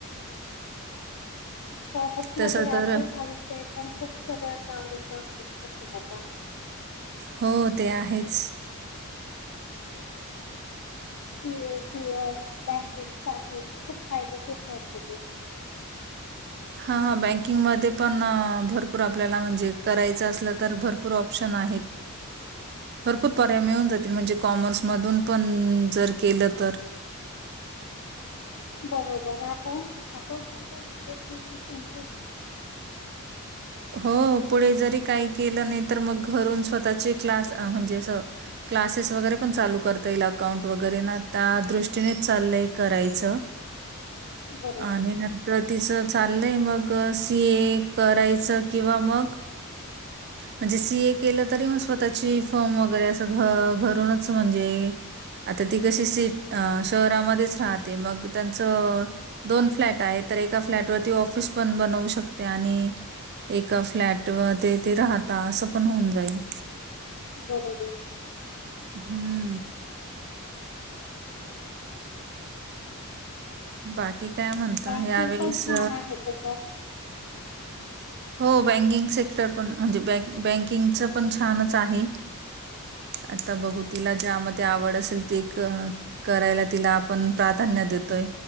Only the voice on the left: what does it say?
कॉमर्समध्येध्ये
अकाउंट
हाषय पण खूप सगळ्या आवडीच असत प्रत्येकाचा
C A C S banking साठी खूप फायदेशीर ठरतो तो
बरोबर अका अकाट म्हणजेंात
बरोबर
बरोबर
बँकिंग
पण छान आहे तसं